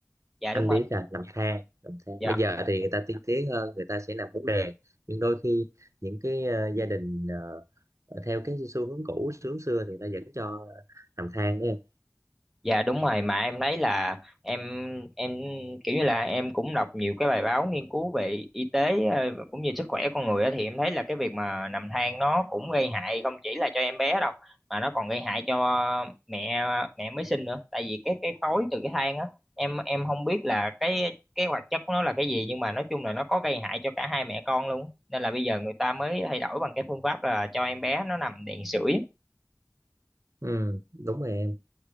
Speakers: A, in the centre; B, on the right.
A: Dạ
B: anh
A: đúng rồi.
B: biết là nằm than nằm than
A: Dạ
B: bây giờ thì người ta tiên tiến hơn người ta sẽ nằm bốn đè nhưng đôi khi những cái ờ, gia đình ờ, theo cái xu hướng cũ xu hướng xưa thì người ta vẫn cho nằm than đấy em
A: Dạ đúng rồi mà em thấy là em em kiểu như là em cũng đọc nhiều cái bài báo nghiên cứu về y tế ờ, cũng như sức khỏe con người á, thì em thấy là cái việc mà nằm than nó cũng gây hại không chỉ là cho em bé đâu mà nó còn gây hại cho mẹ mẹ mới sinh nữa tại vì cái cái khói từ cái than á em em không biết là cái cái hoạt chất của nó là cái gì nhưng mà nói chung là nó có gây hại cho cả hai mẹ con luôn nên là bây giờ người ta mới thay đổi bằng cái phương pháp là cho em bé nó nằm đèn sưởi
B: ừ, đúng rồi em